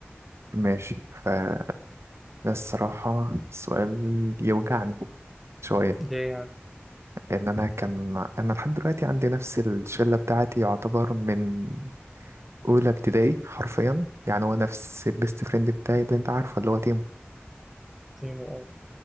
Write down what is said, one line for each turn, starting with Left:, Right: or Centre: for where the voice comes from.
Right: ماشي فده الصراحة السؤال يوجعني شوية
Centre: ليه يعني
Right: لأن أنا كان أنا لحد دلوقتي عندي نفس الشلة بتاعتي يعتبر من أولى ابتدائي حرفيا يعني هو نفس البيست فريند بتاعي اللي أنت عارفه اللي هو تيمو
Centre: تيم او